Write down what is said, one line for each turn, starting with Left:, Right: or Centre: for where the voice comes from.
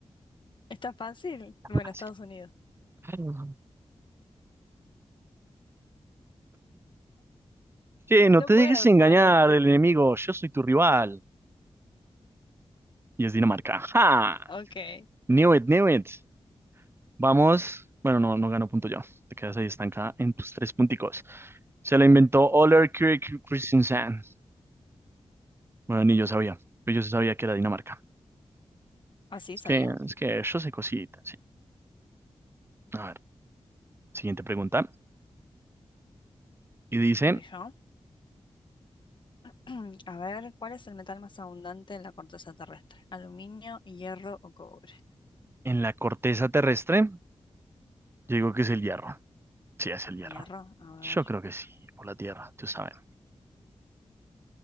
Left: ¿Está fácil? Bueno,
Right: está
Left: Estados Unidos.
Right: fácil. Che, no
Left: No
Right: te
Left: puedo
Right: dejes engañar,
Left: jugar así.
Right: el enemigo. Yo soy tu rival. Y es Dinamarca. ¡Ja!
Left: Ok.
Right: Knew it, knew it. Vamos. Bueno, no, no gano punto yo. Te quedas ahí estancada en tus tres punticos. Se la inventó Oler Kirk Christensen. Bueno, ni yo sabía, pero yo sí sabía que era Dinamarca.
Left: Así
Right: Es
Left: sabía.
Right: que, es que yo sé cositas, sí. A ver, siguiente pregunta. Y dice,
Left: Voy yo. <clears throat> A ver, ¿cuál es el metal más abundante en la corteza terrestre? ¿Aluminio, hierro o cobre?
Right: en la corteza terrestre, yo digo que es el hierro. Sí, es el hierro.
Left: Hierro, a ver.
Right: Yo creo que sí, por la tierra, tú sabes.